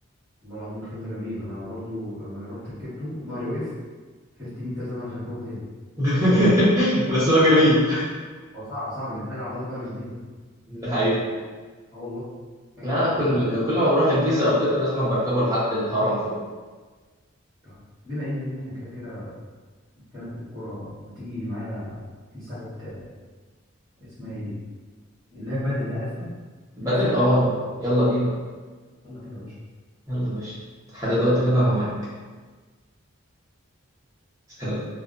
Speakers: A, in the centre; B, on the right.
A: والله العظيم الخيل ده جميل انا برضو لما جا- رحت ركبته ظهري وقف حلفت 100 سنه مش هركبه تاني
B: <laughs>
A: الحمد لله
B: بس هو جميل
A: والله
B: <laughs>
A: هو صعب صعب محتاج عضلات ظهر شديده
B: ده حقيقي
A: اه والله محتاج
B: لا
A: يعني الله
B: كل
A: اكبر يعني
B: كل ما بروح الجيزه او كده لازم بركبه لحد الهرم فوق
A: طيب بما ان احنا كده كده بنتكلم في الكوره ما تيجي معايا في ساعه آه، اسمها ايه دي اللي هي البدل دي عارفها
B: بدل
A: ليك فيها
B: اه يلا بينا
A: يلا بينا يا باشا
B: يلا يا باشا لحد دلوقتي كده انا معاك سلام